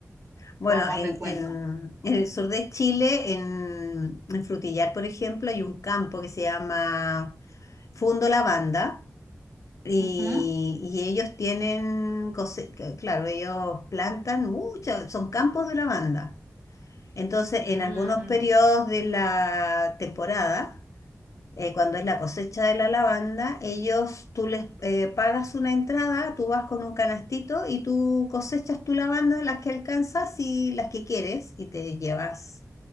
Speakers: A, on the left; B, on the right.
A: Bueno,
B: como más
A: en,
B: de cuento.
A: en- en el sur de Chile, en, en Frutillar, por ejemplo, hay un campo que se llama Fundo Lavanda Y,
B: Ujú.
A: y ellos tienen, cose- c- claro, ellos plantan muchas, son campos de lavanda. Entonces,
B: Mm,
A: en algunos periodos de la temporada, eh, cuando es la cosecha de la lavanda, ellos, tú les eh, pagas una entrada, tú vas con un canastito y tú cosechas tu lavanda, las que alcanzas y las que quieres, y te llevas